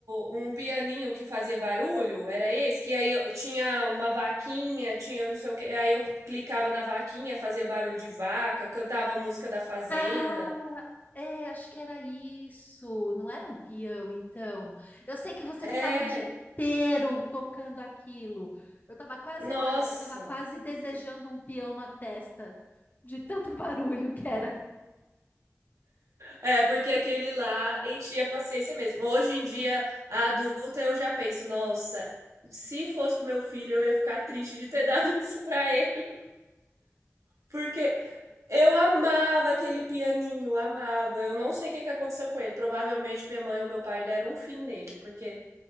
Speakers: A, on the right (about 80°); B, on the left (about 35°).
A: um pianinho que fazia barulho, era esse, que aí eu tinha uma vaquinha, tinha não sei o que, aí eu clicava na vaquinha, fazia barulho de vaca, cantava a música da fazenda.
B: Ah, é, acho que era isso. Não era um peão, então. Eu sei que você ficava
A: É,
B: o dia inteiro tocando aquilo. Eu tava quase,
A: nossa.
B: olha, eu tava quase desejando um peão na testa, de tanto barulho que era.
A: É, porque aquele lá enchia a paciência mesmo. Hoje em dia, a adulta, eu já penso, nossa, se fosse meu filho, eu ia ficar triste de ter dado <laughs> isso pra ele, porque Eu amava aquele pianinho, amava. Eu não sei o que que aconteceu com ele. Provavelmente minha mãe ou meu pai deram um fim nele, porque